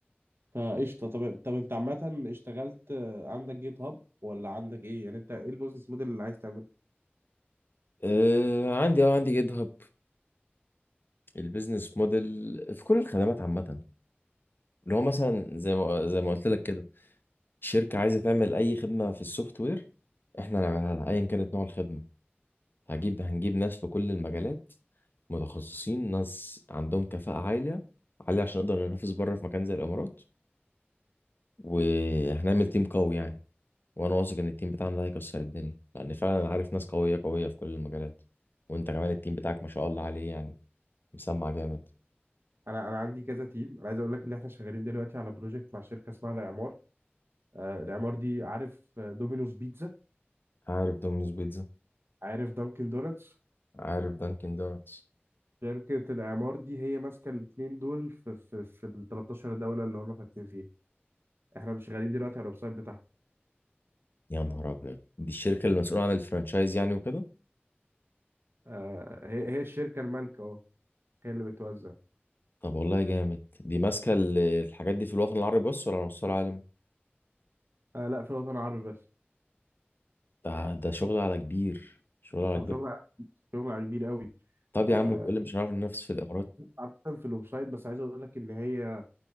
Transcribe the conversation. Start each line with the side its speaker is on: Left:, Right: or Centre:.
Right: فقشطة طب طب انت عامة اشتغلت آه، عندك جيت هاب ولا عندك ايه يعني انت ايه البيزنس موديل اللي عايز تعمله
Left: آه عندي اه عندي جيت هاب البيزنس موديل في كل الخدمات عامة اللي هو مثلا زي ما زي ما قلت لك كده شركة عايزة تعمل أي خدمة في السوفت وير احنا نعملها لها أيا كانت نوع الخدمة هجيب هنجيب ناس في كل المجالات متخصصين ناس عندهم كفاءة عالية عالية عشان نقدر ننافس بره في مكان زي الإمارات وهنعمل تيم قوي يعني وأنا واثق إن التيم بتاعنا ده هيكسر الدنيا لأن فعلا أنا عارف ناس قوية قوية في كل المجالات وأنت كمان التيم بتاعك ما شاء الله عليه يعني مسمع جامد
Right: انا انا عندي كذا تيم انا عايز اقول لك ان احنا شغالين دلوقتي على بروجكت مع شركة اسمها الاعمار آه، الاعمار دي عارف آه، دومينوز بيتزا
Left: عارف دومينوز بيتزا
Right: عارف دانكن دونتس
Left: عارف دانكن دونتس
Right: شركة الإعمار دي هي ماسكة الاتنين دول في في في ال 13 دولة اللي هم فاتحين فيها احنا مش شغالين دلوقتي على الويب سايت بتاعهم
Left: يا نهار أبيض دي الشركة المسؤولة عن الفرانشايز يعني وكده
Right: آه هي هي الشركة المالكة اه هي اللي بتوزع
Left: طب والله جامد دي ماسكة ال- الحاجات دي في الوطن العربي بس ولا على مستوى العالم؟
Right: آه لا في الوطن العربي بس
Left: ده ده شغل على كبير شغل على
Right: هو
Left: كبير
Right: شغل شغل كبير قوي
Left: طب
Right: آه
Left: يا عم وتقول لي مش هنعرف ننافس في الامارات
Right: عامة في الويب سايت بس عايز اقول لك ان هي